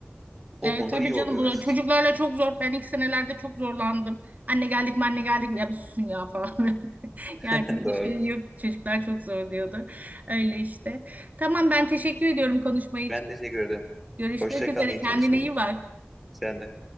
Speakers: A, in the centre; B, on the right.
A: O
B: E,
A: konuda
B: tabii
A: iyi
B: canım
A: oluyor
B: bu
A: açıkçası.
B: çocuklarla çok zor. Ben ilk senelerde çok zorlandım. Anne geldik mi anne geldik mi ya bir susun ya falan. <laughs> Yani
A: <laughs>
B: bir
A: Doğru.
B: şey yok. Çocuklar çok zorluyordu. Öyle işte. Tamam ben teşekkür ediyorum konuşma için.
A: Ben teşekkür ederim.
B: Görüşmek
A: Hoşça
B: üzere.
A: kal, iyi
B: Kendine
A: çalışmalar.
B: iyi bak.
A: Sen de.